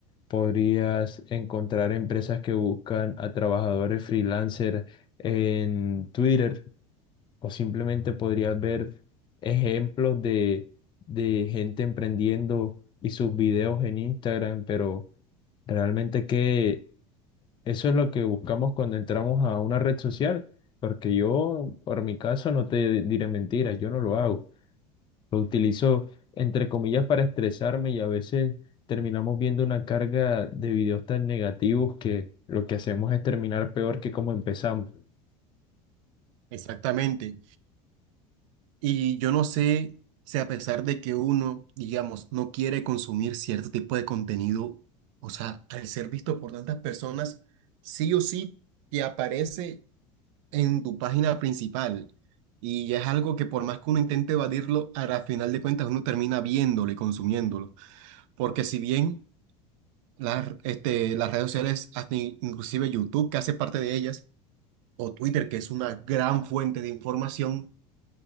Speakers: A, on the left; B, on the right.
A: Podrías encontrar empresas que buscan a trabajadores freelancer en Twitter. O simplemente podrías ver ejemplos de, de gente emprendiendo y sus videos en Instagram, pero realmente que eso es lo que buscamos cuando entramos a una red social, porque yo, por mi caso, no te diré mentiras, yo no lo hago. Lo utilizo, entre comillas, para estresarme y a veces terminamos viendo una carga de videos tan negativos que lo que hacemos es terminar peor que como empezamos.
B: Exactamente. Y yo no sé si a pesar de que uno, digamos, no quiere consumir cierto tipo de contenido, o sea, al ser visto por tantas personas, sí o sí te aparece en tu página principal. Y es algo que por más que uno intente evadirlo, a la final de cuentas uno termina viéndolo y consumiéndolo. Porque si bien las, este, las redes sociales, hasta in- inclusive YouTube, que hace parte de ellas, o Twitter, que es una gran fuente de información,